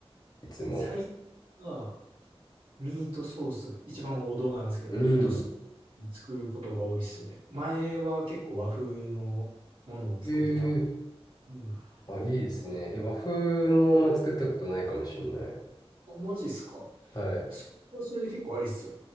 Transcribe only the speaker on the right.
最近は、ミートソース、一番王道なんですけど、
ミートソースに作ることが多いっすね。前は結構和風のものを作ってた。
うん。あ、
マジっすか。
それはそれで結構ありっすよ。